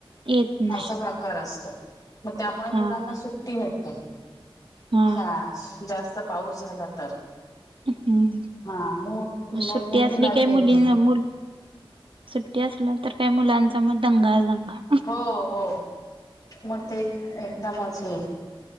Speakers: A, on the right; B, on the left.
A: येत नाही
B: अस प्रक कार असतो. मग त्यामुळे मुलांना,
A: हा हा
B: सुट्टी भेटते
A: हा
B: शाळास. जास्त पाऊस झाला तर.
A: हम्म,
B: हा मो
A: मग सुट्टी
B: मोठी
A: असली
B: नदी
A: काय
B: आहे
A: मुलीं
B: ती
A: मुल सुट्टी असलं तर काय? मुलांचा मग दंगाच दंगा.
B: हो हो, मग ते एकदमच हे